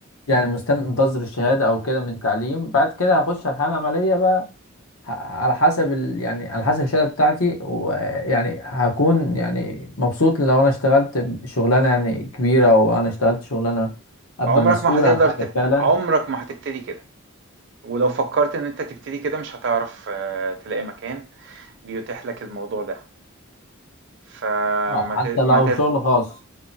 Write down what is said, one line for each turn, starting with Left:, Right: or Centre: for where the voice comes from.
Left: يعني مستني منتظر الشهادة او كده من تعليم بعد كده هخش على الحالة العملية بقى ه- على حسب ال... يعني على حسب الشهاده بتاعتي ويعني هكون يعني مبسوط لو انا اشتغلت شغلانه يعني كبيره او انا اشتغلت شغلانه ابقى
Right: عمرك
Left: مسؤول
Right: ما هتقدر
Left: عن حاجه
Right: تب...
Left: فعلا
Right: عمرك ما هتبتدي كده ولو فكرت ان انت تبتدي كده مش هتعرف آه، تلاقي مكان بيتيح لك الموضوع ده فما
Left: اه حتى
Right: ت...
Left: لو
Right: ما ت...
Left: شغل خاص